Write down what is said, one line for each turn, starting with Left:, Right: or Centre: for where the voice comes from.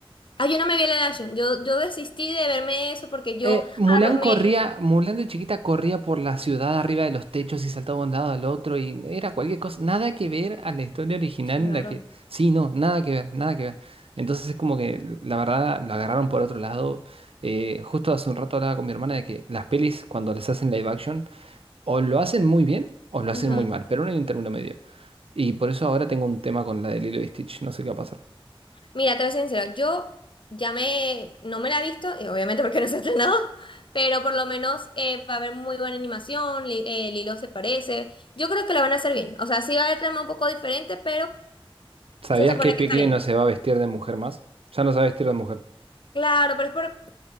Left: Ah, yo no me vi la Action. Yo, yo desistí de verme eso porque yo
Right: Eh, Mulan
Left: arro-
Right: corría,
Left: me.
Right: Mulan de chiquita corría por la ciudad arriba de los techos y saltaba de un lado al otro y era cualquier cosa, nada que ver a la historia original
Left: Claro.
Right: en la que, sí, no, nada que ver, nada que ver. Entonces es como que la verdad lo agarraron por otro lado. Eh, justo hace un rato hablaba con mi hermana de que las pelis cuando les hacen live action o lo hacen muy bien o lo hacen
Left: Ujú.
Right: muy mal, pero no hay un término medio. Y por eso ahora tengo un tema con la de Lilo y Stitch, no sé qué va a pasar.
Left: Mira, te voy a ser sincera, yo ya me, no me la he visto, eh, obviamente porque no se ha estrenado, <laughs> pero por lo menos eh, va a haber muy buena animación, Li- eh, Lilo se parece, yo creo que la van a hacer bien, o sea, sí va a haber trama un poco diferente, pero
Right: ¿Sabías
Left: se supone
Right: que Piccolo
Left: que está bien.
Right: no se va a vestir de mujer más? Ya no se va a vestir de mujer.
Left: Claro, pero es por,